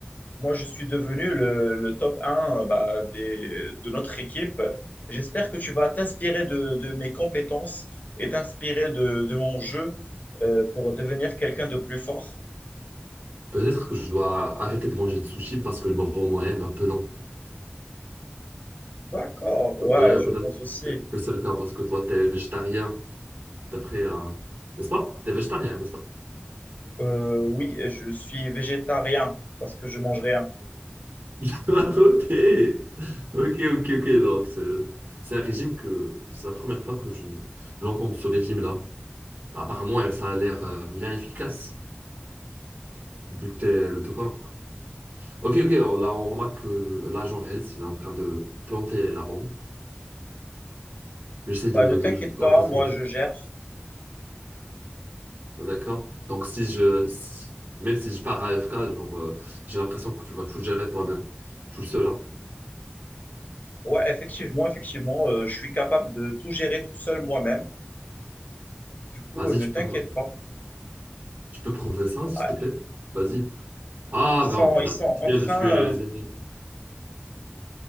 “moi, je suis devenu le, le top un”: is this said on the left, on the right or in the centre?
Left